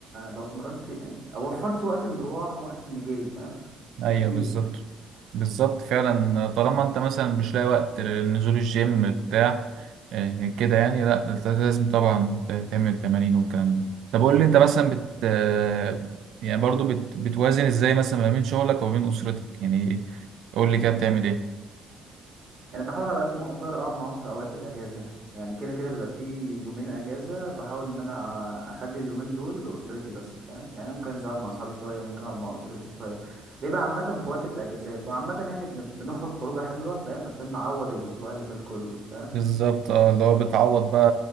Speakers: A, on the right (about 30°); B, on the right (about 60°).
A: لو اتمرنت يعني أو وفرت وقت المروح ووقت المجي فاهم بكتير
B: ايوه بالظبط بالظبط فعلا طالما انت مثلا مش لاقي وقت لنزول الجيم بتاع آه، كده يعني لا انت لازم طبعا ت- تعمل تمارين والكلام ده طب قول لي انت مثلا بت آه، يعني برضو بت... بتوازن ازاي مثلا ما بين شغلك وما بين اسرتك يعني قول لي كده بتعمل ايه
A: يعني بحاول على قد ما اقدر اقعد معاهم في اوقات الاجازه يعني كده كده بيبقى في يومين اجازه بحاول ان انا اخلي اليومين دول لاسرتي بس فاهم يعني ممكن انزل أقعد مع اصحابي شويه ممكن اقعد مع اسرتي شويه بيبقى عامه في وقت الاجازات وعامه يعني بن- بنخرج خروجه حلوه فاهم عشان نعوض الاسبوع اللي فات كله فاهم
B: بالظبط اه اللي هو بتعوض بقى